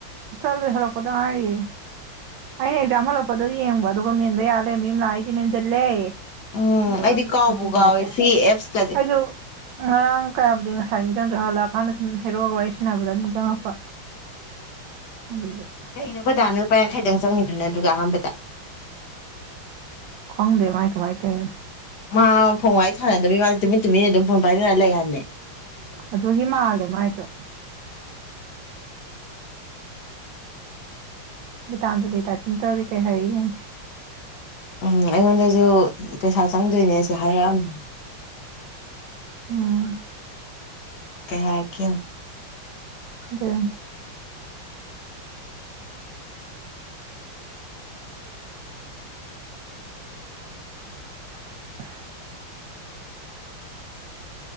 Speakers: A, on the right; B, on the left.
A: ꯆꯂꯨꯏ ꯍꯜꯂꯛꯄꯗ ꯉꯥꯏꯔꯤ ꯑꯩꯅ ꯑꯦꯛꯖꯥꯝ ꯍꯜꯂꯛꯄꯗꯣ ꯌꯦꯡꯕ ꯑꯗꯨꯒ ꯃꯦꯟꯕ ꯌꯥ ꯂꯩꯔꯝꯃꯦ ꯌꯨꯝ ꯂꯥꯛꯑ ꯑꯩꯗꯤ ꯃꯦꯟꯖꯤꯜꯂꯦ
B: ꯎꯝ
A: ꯑꯗꯨꯒ
B: ꯑꯩꯗꯤ
A: <unintelligible>
B: ꯀꯥꯎꯕꯨ
A: ꯑꯧꯗꯨ
B: ꯀꯥꯎꯋꯦ ꯁꯤ ꯑꯦꯞꯁꯀꯁꯦ
A: ꯉꯔꯥꯡ ꯀꯌꯥꯕꯨꯗꯤ ꯉꯁꯥꯏ ꯅꯤꯡꯖꯤꯡꯗ꯭ꯔꯦ ꯍꯜꯂꯛꯑꯀꯥꯟꯗ ꯁꯨꯝ ꯍꯦꯔꯣꯒ ꯋꯥꯔꯤ ꯁꯟꯅꯕꯗ ꯅꯤꯡꯖꯪꯉꯛꯄ ꯑꯗꯨꯗꯨ
B: ꯀꯩꯅꯣ ꯈꯣꯢ ꯗꯥꯅ ꯂꯄꯥ ꯌꯥꯡꯈꯩꯗꯪ ꯆꯪꯉꯤꯗꯨꯅ ꯑꯗꯨꯒ ꯑꯍꯥꯟꯕꯗ
A: ꯈꯪꯗꯦ ꯃꯥꯥꯏ ꯀꯃꯥꯥꯏ ꯇꯧꯔꯤꯅꯣ
B: ꯃꯥ ꯐꯣꯟ ꯋꯥꯔꯤ ꯁꯥꯟꯅꯗꯕꯤ ꯃꯥꯗꯤ ꯇꯨꯃꯤꯟ ꯇꯨꯃꯤꯟꯅ ꯑꯗꯨꯝ ꯐꯣꯟ ꯄꯥꯏꯅꯔ ꯂꯩ ꯍꯥꯢꯕꯅꯦ
A: ꯑꯗꯨꯒꯤ ꯃꯥꯥꯜꯂꯦ ꯃꯥꯥꯏꯗꯣ ꯒꯤꯇꯥꯟꯖꯜꯂꯤ ꯇꯥꯏꯄꯤꯡ ꯇꯧꯔꯤ ꯀꯩ ꯍꯥꯏꯔꯛꯏ ꯌꯦꯡꯒꯦ
B: ꯎꯝ ꯑꯩꯉꯣꯟꯗꯁꯨ ꯄꯩꯁꯥ ꯆꯪꯗꯣꯏꯅꯦꯁꯨ ꯍꯥꯏꯔꯛꯑꯝꯃꯤ
A: ꯎꯝ
B: ꯀꯩ ꯍꯥꯏꯔꯛꯀꯦ ꯌꯦꯡꯉꯣ
A: ꯑꯗꯨꯅꯤ <inaudible>